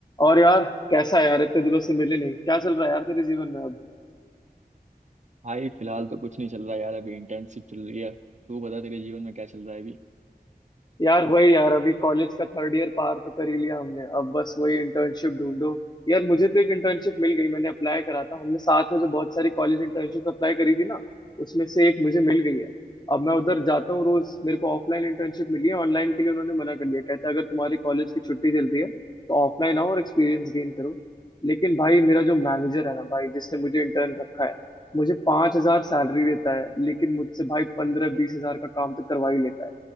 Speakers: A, on the left; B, on the right.
A: और यार कैसा है यार इतने दिनों से मिले नहीं क्या चल रहा है यार तेरे जीवन में अब
B: भाई फिलहाल तो कुछ नहीं चल रहा यार अभी इंटर्नशिप चल रही है तू बता तेरे जीवन में क्या चल रहा है अभी
A: यार वही यार अभी कॉलेज का थर्ड ईयर पार तो कर ही लिया हमने अब बस वही इंटर्नशिप ढूंढो यार मुझे तो एक इंटर्नशिप मिल गई मैंने अप्लाई करा था हमने साथ में जो बहुत सारी कॉलेज इंटर्नशिप अप्लाई करी थी ना उसमें से एक मुझे मिल गई है अब मैं उधर जाता हूँ रोज मेरे को ऑफलाइन इंटर्नशिप मिली है ऑनलाइन के लिए उन्होंने मना कर दिया कहते हैं अगर तुम्हारी कॉलेज की छुट्टी चलती है तो ऑफलाइन आओ और एक्सपीरियंस गेन करो लेकिन भाई मेरा जो मैनेजर है ना भाई जिसने मुझे इंटर्न रखा है मुझे पांच हजार सैलरी देता है लेकिन मुझसे भाई पंद्रह बीस हजार का काम तो करवा ही लेता है